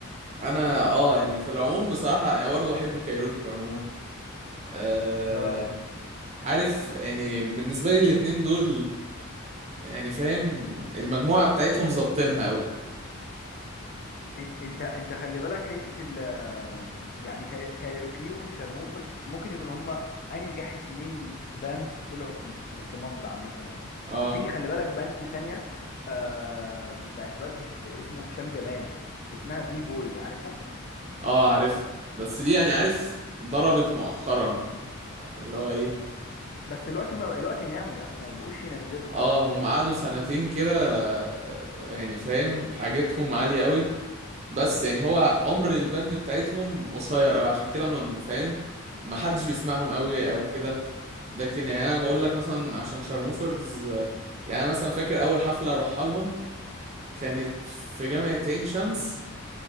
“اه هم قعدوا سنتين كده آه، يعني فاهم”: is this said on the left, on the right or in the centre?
Right